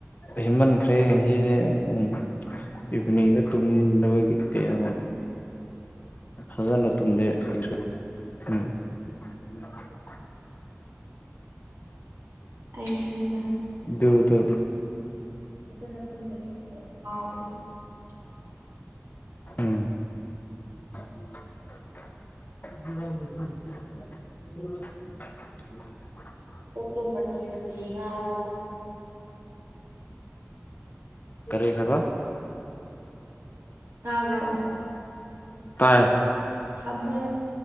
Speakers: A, on the left; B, on the right.
A: ꯍꯦꯟꯃꯟꯈ꯭ꯔꯦ ꯉꯁꯤꯖꯦ ꯎꯝ ꯏꯚꯤꯅꯤꯡꯗ ꯇꯨꯝꯗꯕꯒꯤ ꯀꯌꯥꯝꯋꯥꯏ ꯐꯖꯅ ꯇꯨꯝꯗꯦ <unintelligible> ꯎꯝ <inaudible>
B: ꯑꯩꯁꯨꯅꯤꯗ
A: ꯑꯗꯨꯗꯣ
B: ꯐꯖꯅ ꯇꯨꯝꯗꯕꯒꯤ ꯀꯣꯛ ꯉꯥꯎꯕꯁꯤ <inaudible>
A: ꯎꯝ <inaudible> <inaudible>
B: ꯀꯣꯛꯇꯣ ꯃꯆꯤ ꯃꯆꯤ ꯉꯥꯎꯋꯦꯕ
A: ꯀꯔꯤ ꯍꯥꯏꯕ
B: ꯇꯥꯕ꯭ꯔꯣ
A: ꯇꯥꯏ
B: ꯊꯝꯃꯣ